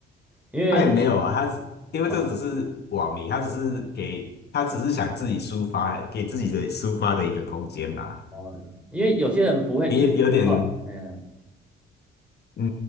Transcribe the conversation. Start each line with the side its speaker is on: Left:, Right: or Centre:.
Centre: 因为
Left: 他也没有啊，他只因为这只是网民，
Centre: 哦
Left: 他只是给他只是想自己抒发，给自己的抒发的一个空间吧，
Centre: 哦，因为有些人不会意识到，
Left: 也有点
Centre: 哎呀，
Left: 嗯